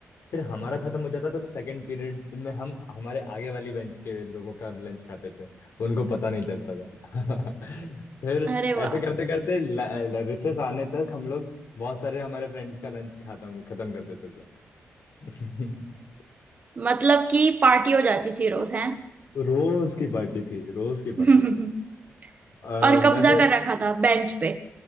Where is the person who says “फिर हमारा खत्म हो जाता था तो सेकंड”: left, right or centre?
Left